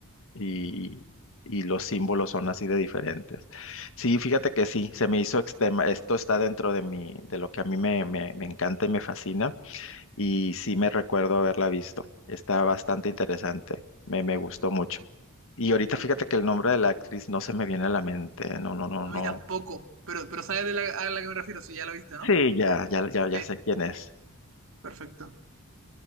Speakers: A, on the left; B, on the right.
A: Y, y los símbolos son así de diferentes. Sí, fíjate que sí, se me hizo extrema, esto está dentro de mi, de lo que a mí me, me, me encanta y me fascina, y sí me recuerdo haberla visto. Está bastante interesante, me, me gustó mucho. Y ahorita fíjate que el nombre de la actriz no se me viene a la mente, no, no, no,
B: A
A: no.
B: mí tampoco, pero, pero sabes de la, a la que me refiero, si ya la viste, ¿no?
A: Sí, ya, ya, ya, ya
B: Sí,
A: sé quién es.
B: perfecto.